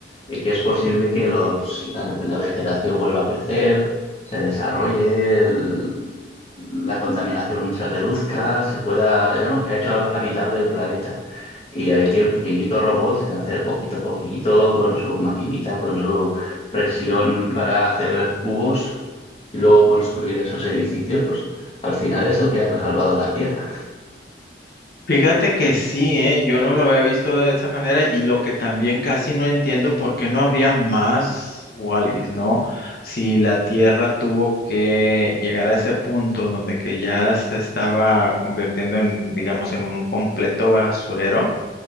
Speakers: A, on the left; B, on the left.
A: eh, que es posible que los, la, la vegetación vuelva a crecer, se desarrolle, el- la contaminación se reduzca, se pueda, digamos, que ha hecho habitable el planeta. Y aquí el pequeñito robot se hace poquito a poquito con su maquinita, con su presión para hacer cubos y luego construir esos edificios, pues al final es el que ha salvado la Tierra.
B: Fíjate que sí, ¿eh? Yo no lo había visto de esa manera y lo que también casi no entiendo, ¿por qué no habría más Wallis, ¿no? Si la Tierra tuvo que llegar a ese punto donde que ya se estaba convirtiendo en, digamos, en un completo basurero